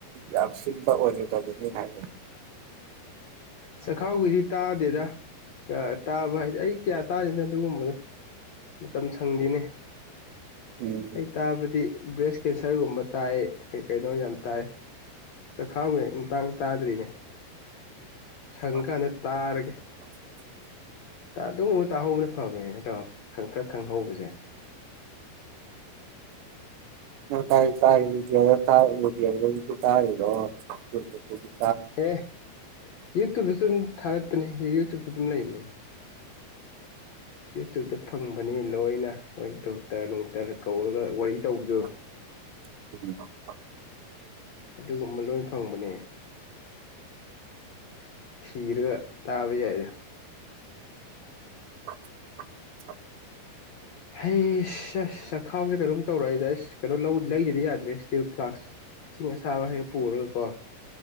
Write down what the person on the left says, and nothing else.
ꯆꯈꯥꯎꯒꯤꯗꯤ ꯇꯥꯗꯦꯗ ꯇꯥꯕ ꯍꯥꯏꯗꯤ ꯑꯩ ꯀꯌꯥ ꯇꯥꯗꯦꯗ ꯑꯗꯨꯒꯨꯝꯕꯗꯣ ꯃꯇꯝ ꯁꯪꯗꯦꯅꯦ
ꯑꯩ ꯇꯥꯕꯗꯤ ꯕ꯭ꯔꯦꯁ ꯀꯦꯟꯁꯔꯒꯨꯝꯕ ꯇꯥꯏ ꯀꯩ ꯀꯩꯅꯣ ꯌꯥꯝ ꯇꯥꯏ ꯆꯈꯥꯎꯅꯦ ꯃꯇꯥꯡ ꯇꯥꯗ꯭ꯔꯤꯅꯦ
ꯁꯪꯀꯥꯟꯗ ꯇꯥꯔꯒꯦ ꯑꯗꯨꯒꯨꯝꯕ ꯇꯥꯍꯧꯕꯅ ꯐꯕꯦꯅꯦ ꯅꯇꯣ ꯈꯪ ꯈꯔ ꯈꯪꯍꯧꯕꯁꯦ
ꯑꯦ ꯌꯨꯇꯕꯇꯁꯨ ꯑꯗꯨꯝ ꯊꯥꯒꯠꯄꯅꯦ ꯌꯨꯇꯕꯇ ꯑꯗꯨꯝ ꯂꯩꯕꯅꯦ ꯌꯨꯇ꯭ꯨꯕꯇ ꯐꯪꯕꯅꯤ ꯂꯣꯏꯅ ꯍꯣꯏ ꯗꯣꯛꯇꯔ ꯅꯨꯡꯇꯔ ꯀꯧꯔꯒ ꯋꯥꯔꯤ ꯇꯧꯕꯗꯨ
ꯑꯗꯨꯒꯨꯝꯕ ꯂꯣꯏ ꯐꯪꯕꯅꯦ ꯊꯤꯔꯒ ꯇꯥꯕ ꯌꯥꯏꯗ
ꯍꯩꯁ ꯁ ꯆꯈꯥꯎꯁꯦ ꯀꯩꯅꯣꯝ ꯇꯧꯔꯛꯑꯏꯗ ꯑꯁ ꯀꯩꯅꯣ ꯂꯩꯒꯤꯗ ꯌꯥꯗ꯭ꯔꯦ ꯏꯁꯇꯤꯜ ꯐ꯭ꯂꯥꯛꯁ ꯏꯁꯤꯡ ꯑꯁꯥꯕ ꯍꯩꯔ ꯄꯨꯔꯒꯀꯣ